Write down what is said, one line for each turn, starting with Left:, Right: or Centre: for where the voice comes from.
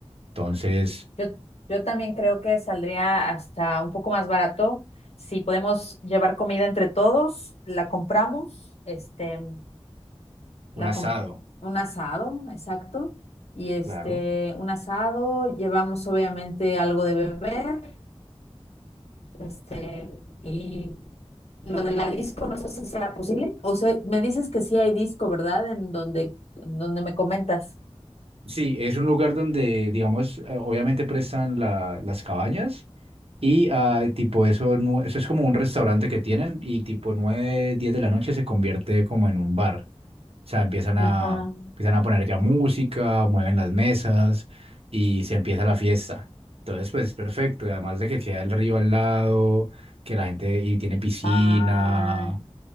Right: Entonces,
Left: Yo, yo también creo que saldría hasta un poco más barato. Si podemos llevar comida entre todos, la compramos. Este, La,
Right: un asado,
Left: com- un asado, exacto. Y este,
Right: claro.
Left: un asado, llevamos obviamente algo de beber, este, y lo de la disco, no sé si sea posible. O sea, me dices que sí hay disco, ¿verdad? En donde, en donde me comentas.
Right: Sí, es un lugar donde, digamos, eh, obviamente prestan la- las cabañas y ah, tipo eso, nue- eso es como un restaurante que tienen y tipo 9 10 de la noche se convierte como en un bar. O sea, empiezan
Left: Ajá.
Right: a, empiezan a poner ya música, mueven las mesas y se empieza la fiesta. Entonces, pues perfecto. Y además de que queda el río al lado, que la gente y tiene piscina,
Left: Ah,